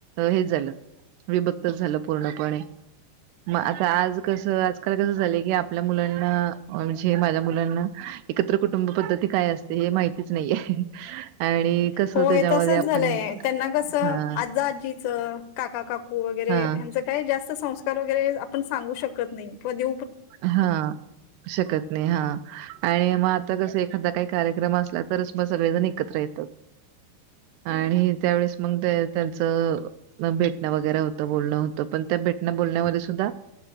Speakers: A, on the right (about 85°); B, on the left (about 85°).
A: हे झालं विभक्तच झालं पूर्णपणे मग आता आज कसं आजकाल कसं झालंय की आपल्या मुलांना म्हणजे माझ्या मुलांना एकत्र कुटुंब पद्धती काय असते हे माहितीच नाहीये आणि कसं
B: होय
A: त्याच्यामध्ये
B: तसच
A: आपण
B: झालंय त्यांना कस आज
A: हां,
B: अजी चं, काका काकू वगैरे,
A: हां,
B: हंच काय जास्त सं वगरे आपण सांगू शकत नाही, किंवा दे
A: हा, शकत नाही हा,, आणि मग आता कस एखादा काही कार्यक्रम तरच मग सगळेजण एकत्र येतात. आणि, त्यावेळेस मग त्यांच भेटणं वगैरे होतं, बोलणं होतं, पण त्या भेटल्या, बोलन्या मधे सुद्धा